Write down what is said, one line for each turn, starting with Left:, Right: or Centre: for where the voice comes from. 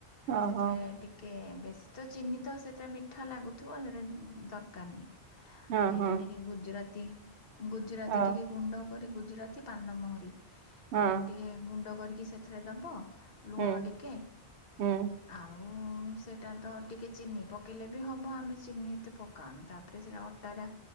Right: ଓହୋ
Left: ସେଥିରେ ଟିକେ ବେଶୀ ତ ଚିନି ତ ସେଥିରେ ମିଠା ଲାଗୁଥିବ ସେଇଟା ଦରକାରନି।
Right: ହଁ
Left: ଏଇଟା
Right: ହଁ
Left: ଟିକେ ଗୁଜୁରାତି ଗୁଜୁରାତି
Right: ଓ
Left: ଟିକେ ଗୁଣ୍ଡ ଗ ଗୁଜୁରାତି ପାନମୋହୁରି
Right: ହଁ
Left: ଟିକେ ଗୁଣ୍ଡ କରିକି ସେଥିରେ ଦେବ। ଲୁଣ
Right: ହୁଁ
Left: ଟିକେ
Right: ହୁଁ
Left: ଆଉ ସେଇଟା ତ ଟିକେ ଚିନି ପକେଇଲେ ବି ହେବ ଆମେ ଚିନି ଏତେ ପକାଉନି ତା ପରେ ସେଇଟା ଅଟାଟା